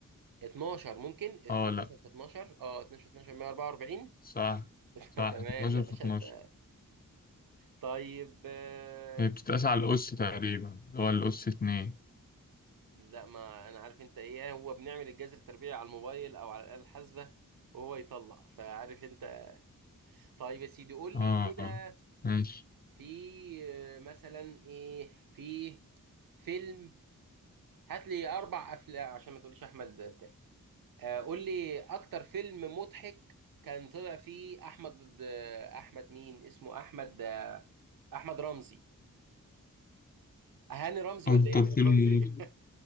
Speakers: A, on the right; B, on the left.
A: 12 ممكن 12
B: اه لا
A: في 12 اه 12 في 12 144
B: صح
A: <laughs>
B: صح
A: تمام
B: 12
A: يا باشا
B: في 12
A: انت طيب آه،
B: هي بتتقاس على الأس تقريبا اللي هو الأس اتنين
A: لا ما انا عارف انت ايه هو بنعمل الجذر التربيعي على الموبايل او على الآلة الحاسبة وهو يطلع فعارف انت طيب يا سيدي قول
B: اه
A: لي كده
B: ماشي
A: في آه، مثلا ايه في فيلم هات لي اربع افلام عشان ما تقوليش احمد بتاع آه، قول لي اكتر فيلم مضحك كان طلع فيه احمد آه، احمد مين اسمه احمد آه، احمد رمزي هاني رمزي
B: أكتر
A: ولا ايه احمد
B: فيلم
A: رمزي ايه